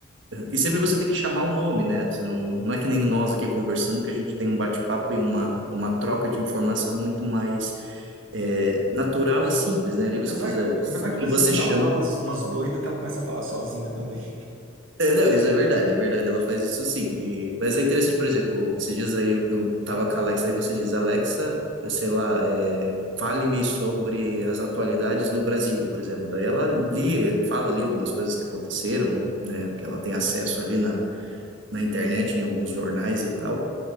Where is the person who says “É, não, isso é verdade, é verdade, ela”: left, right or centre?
Right